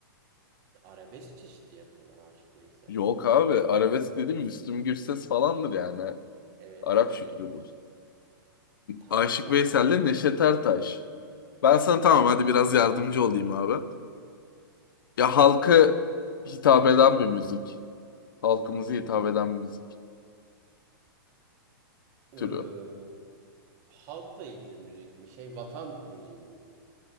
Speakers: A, on the right; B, on the left.
A: Arabesk çeşidi yapıyorlar Aşık Veysel.
B: Yok abi. Arabesk dedim Müslüm Gürses falandır yani.
A: Evet,
B: Arap
A: Neşet.
B: şükrüdür.
A: Tamam
B: Aşık
A: da
B: Veysel'le Neşet Ertaş. Ben sana tamam hadi biraz yardımcı olayım abi. Ya halka hitap eden bir müzik. Halkımıza hitap eden bir müzik
A: eee,
B: türü.
A: halkla ilgili müzik mi? Şey, vatan müziği mi?